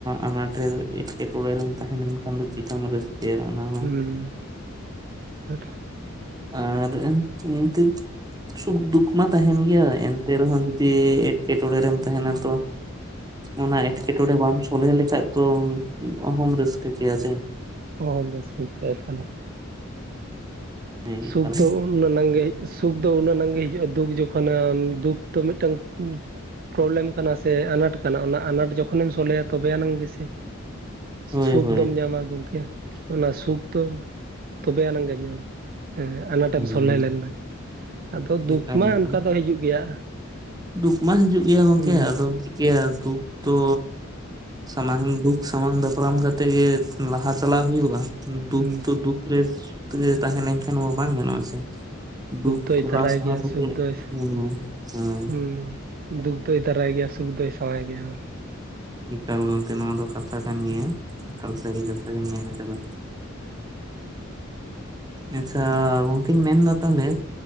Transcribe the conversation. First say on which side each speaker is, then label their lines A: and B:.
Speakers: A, on the right; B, on the right.
A: ᱟᱱᱟᱴ ᱨᱮ ᱮᱴᱠᱮᱴᱚᱬᱮ ᱨᱮᱢ ᱛᱟᱦᱮᱸ ᱞᱮᱱᱠᱷᱟᱱ ᱫᱚ ᱪᱮᱠᱟᱢ ᱨᱟ. ᱥᱠᱟ. ᱭᱟ ᱚᱱᱟ ᱦᱚᱸ
B: ᱦᱩᱸ ᱟᱨ
A: ᱟᱨ ᱱᱤᱛ ᱥᱩᱠ ᱫᱩᱠ ᱢᱟ ᱛᱟᱦᱮᱱ ᱜᱮᱭᱟ ᱮᱱᱛᱮ ᱨᱮᱦᱚᱸ ᱡᱩᱫᱤ ᱮᱸᱴᱠᱮᱴᱚᱲᱮ ᱨᱮᱢ ᱛᱟᱦᱮᱱᱟ ᱛᱚ ᱚᱱᱟ ᱮᱸᱴᱠᱮᱴᱚᱲᱮ ᱵᱟᱢ ᱥᱚᱞᱦᱮ ᱞᱮᱠᱷᱟᱡ ᱫᱚ ᱚᱦᱚᱢ ᱨᱟᱹᱥᱠᱟᱹ ᱠᱮᱭᱟ ᱥᱮ
B: ᱚᱦᱚᱢ ᱨᱟᱹᱥᱠᱟ ᱠᱮᱭᱟ ᱮᱠᱷᱟᱱ᱾
A: ᱦᱮᱸ
B: ᱥᱩᱠ
A: ᱮᱠᱟᱞ,
B: ᱫᱚ ᱩᱱᱟᱜ ᱱᱟᱝ ᱜᱮ ᱥᱩᱠ ᱫᱚ ᱩᱱᱟᱹᱜ ᱱᱟᱝ ᱜᱮ ᱦᱤᱡᱩᱜᱼᱟ, ᱫᱩᱠ ᱡᱚᱠᱷᱚᱱᱮ ᱫᱩᱠ ᱫᱚ ᱢᱤᱫᱴᱟᱝ ᱯᱨᱚᱵᱞᱮᱢ ᱠᱟᱱᱟ ᱥᱮ ᱟᱱᱟᱴ ᱠᱟᱱᱟ ᱚᱱᱟ ᱟᱱᱟᱴ ᱡᱚᱠᱷᱚᱱᱮᱢ ᱥᱚᱞᱦᱮᱭᱟ ᱛᱚᱵᱮ ᱟᱱᱟᱝ ᱜᱮᱥᱮ᱾
A: ᱦᱳᱭ
B: ᱥᱩᱠ
A: ᱦᱳᱭ
B: ᱫᱚᱢ ᱧᱟᱢᱟ ᱜᱚᱝᱠᱮ ᱚᱱᱟ ᱥᱩᱠ ᱫᱚ ᱛᱚᱵᱮ ᱟᱱᱟᱝ ᱜᱮᱢ ᱧᱟᱢᱟ᱾ ᱦᱮᱸ ᱟᱱᱟᱴᱮᱢ
A: ᱦᱳᱭ
B: ᱥᱚᱞᱦᱮ ᱞᱮᱱᱟ, ᱟᱫᱚ ᱫᱩᱠ
A: ᱮᱠᱟᱞ
B: ᱢᱟ
A: ᱮᱠᱟᱞ
B: ᱚᱱᱠᱟ ᱫᱚ ᱦᱤᱡᱩᱜ ᱜᱮᱭᱟ᱾
A: ᱫᱩᱠ ᱢᱟ ᱦᱤᱡᱩᱜ ᱜᱮᱭᱟ ᱜᱚᱝᱠᱮ
B: ᱦᱩᱸ
A: ᱟᱫᱚᱢ ᱪᱤᱠᱟᱹᱭᱟ ᱫᱩᱠ ᱫᱚ᱾ ᱥᱟᱢᱟᱝ ᱫᱩᱠ ᱥᱟᱢᱟᱝ ᱫᱟᱯᱨᱟᱢ ᱠᱟᱛᱮ ᱜᱮ ᱞᱟᱦᱟ ᱪᱟᱞᱟᱜ ᱦᱩᱭᱩᱜᱼᱟ᱾ ᱫᱩᱠ
B: ᱦᱩᱸ
A: ᱛᱚ ᱫᱩᱠ ᱨᱮ ᱛᱮᱜᱮ ᱛᱟᱦᱮᱸ ᱞᱮᱱᱠᱷᱟᱱ ᱢᱟ ᱵᱟᱝ ᱜᱟᱱᱚᱜᱼᱟ ᱥᱮ᱾ ᱫᱩᱠ
B: ᱫᱚᱭ
A: ᱴᱮᱞᱟᱣ
B: ᱫᱟᱨᱟᱭ
A: ᱥᱟᱦᱟ
B: ᱜᱮᱭᱟ
A: ᱠᱟᱛᱮᱜ
B: ᱥᱩᱠ ᱫᱚᱭ
A: ᱦᱮᱸ, ᱟᱨ
B: ᱦᱩᱸ ᱫᱩᱠ ᱫᱚᱭ ᱫᱟᱨᱟᱭ ᱜᱮᱭᱟ ᱥᱩᱠ ᱫᱚᱭ ᱥᱟᱶᱟᱭ ᱜᱮᱭᱟ᱾
A: ᱮᱠᱟᱞ ᱜᱚᱝᱠᱮ ᱱᱚᱣᱟ ᱫᱚ ᱠᱟᱛᱷᱟ ᱠᱟᱱ ᱜᱮᱭᱟ ᱮᱠᱟᱞ ᱥᱟᱹᱨᱤ ᱠᱟᱛᱷᱟ ᱜᱮᱢ ᱢᱮᱱ ᱟᱠᱟᱫᱟ᱾
B: <inaudible>
A: ᱟᱪᱪᱷᱟ ᱜᱚᱝᱠᱮᱧ ᱢᱮᱱᱫᱟ ᱛᱟᱦᱞᱮ